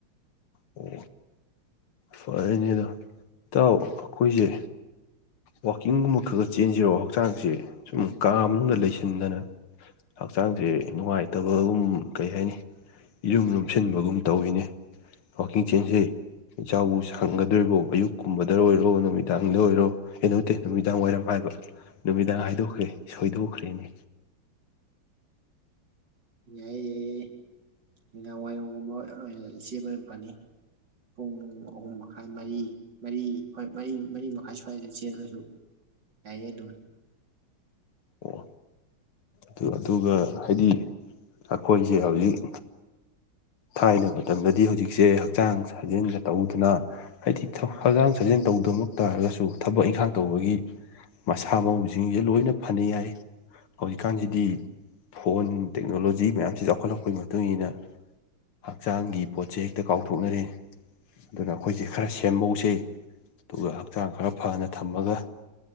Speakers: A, on the left (about 80°); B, on the right (about 55°).
A: ꯑꯣ ꯐꯔꯦꯅꯦ ꯑꯗꯣ ꯏꯇꯥꯎ ꯑꯩꯈꯣꯏꯖꯦ ꯋꯥꯛꯀꯤꯡꯒꯨꯝꯕ ꯈꯒ ꯆꯦꯟꯖꯤꯔꫭ ꯍꯛꯆꯥꯡꯁꯦ ꯁꯨꯝ ꯀꯥ ꯃꯅꯨꯡꯗ ꯂꯩꯁꯤꯟꯗꯅ ꯍꯛꯆꯥꯡꯖꯦ ꯅꯨꯡꯉꯥꯏꯇꯕꯒꯨꯝ ꯀꯩ ꯍꯥꯏꯅꯤ ꯌꯨꯝ ꯂꯨꯝꯁꯤꯟꯕꯒꯨꯝ ꯇꯧꯋꯤꯅꯦ ꯋꯥꯛꯀꯤꯡ ꯆꯦꯟꯁꯦ ꯏꯇꯥꯎꯕꯨ ꯁꯪꯒꯗꯣꯏꯔꯤꯕꯣ ꯑꯌꯨꯛꯀꯨꯝꯕꯗ ꯑꯣꯏꯔꯣ ꯅꯨꯃꯤꯗꯥꯡꯗ ꯑꯣꯏꯔꯣ ꯀꯩꯅꯣꯇꯦ ꯅꯨꯃꯤꯗꯥꯡ ꯋꯥꯏꯔꯝ ꯍꯥꯏꯕ ꯅꯨꯃꯤꯗꯥꯡ ꯍꯥꯏꯗꯣꯛꯈ꯭ꯔꯦ ꯁꯣꯏꯗꯣꯛꯈ꯭ꯔꯦꯅꯦ
B: ꯌꯥꯏ ꯌꯥꯏꯌꯦ ꯅꯨꯃꯤꯗꯥꯡ ꯋꯥꯏꯔꯝꯒꯨꯝꯕ ꯑꯣꯏꯅ ꯆꯦꯟꯕꯅ ꯐꯅꯤ ꯄꯨꯡ ꯑꯍꯨꯝ ꯃꯈꯥꯏ ꯃꯔꯤ ꯃꯔꯤ ꯍꯣꯏ ꯃꯔꯤ ꯃꯔꯤ ꯃꯈꯥꯏ ꯁꯨꯋꯥꯏꯗ ꯆꯦꯜꯂꯁꯨ ꯌꯥꯏꯌꯦ ꯑꯗꯨꯝ
A: ꯑꯣ ꯑꯗꯨ ꯑꯗꯨꯒ ꯍꯥꯏꯗꯤ ꯑꯩꯈꯣꯏꯖꯦ ꯍꯧꯖꯤꯛ ꯊꯥꯏꯅ ꯃꯇꯝꯗꯗꯤ ꯍꯧꯖꯤꯛꯁꯦ ꯍꯛꯆꯥꯡ ꯁꯥꯖꯦꯜꯒ ꯇꯧꯗꯅ ꯍꯥꯏꯗꯤ ꯍꯛꯆꯥꯡ ꯁꯥꯖꯦꯜ ꯇꯧꯗꯃꯛ ꯇꯥꯔꯒꯁꯨ ꯊꯕꯛ ꯏꯪꯈꯥꯡ ꯇꯧꯕꯒꯤ ꯃꯁꯥ ꯃꯎꯁꯤꯡꯁꯦ ꯂꯣꯏꯅ ꯐꯅ ꯌꯥꯏ ꯍꯧꯖꯤꯛꯀꯥꯟꯁꯤꯗꯤ ꯐꯣꯟ ꯇꯦꯛꯅꯣꯂꯣꯖꯤ ꯃꯌꯥꯝꯁꯤ ꯆꯥꯎꯈꯠꯂꯛꯄꯒꯤ ꯃꯇꯨꯡ ꯏꯟꯅ ꯍꯛꯆꯥꯡꯒꯤ ꯄꯣꯠꯁꯦ ꯍꯦꯛꯇ ꯀꯥꯎꯊꯣꯛꯅꯔꯤꯦ ꯑꯗꯨꯅ ꯑꯩꯈꯣꯏꯁꯦ ꯈꯔ ꯁꯦꯝꯍꯧꯖꯩ ꯑꯗꯨꯒ ꯍꯛꯆꯥꯡ ꯈꯔ ꯐꯅ ꯊꯝꯃꯒ